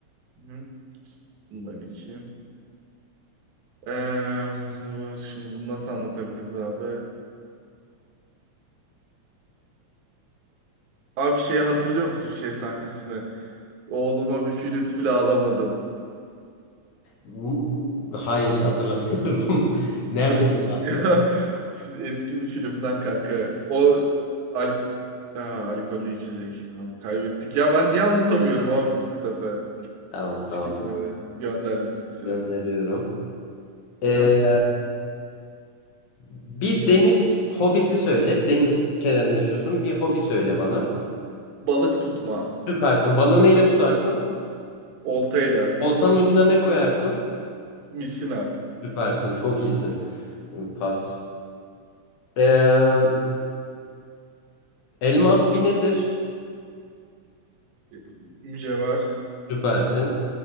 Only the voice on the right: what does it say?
Hı. Bunu da geçeyim. Ee, bu zor. Şimdi bunu nasıl anlatabiliriz abi? Abi şeyi hatırlıyor musun şey sahnesini? Oğluma bir flüt bile alamadım.
Çö-
<laughs> Eski bir filmden kanka. O al Aa, alkollü içecek. Abi kaybettik. Ya ben niye anlatamıyorum abi bu sefer?
Hiç
gitmedi. Gönder bitti süremiz.
Aha.
Balık tutma.
Oltayla.
Misina.
e, Mücevher.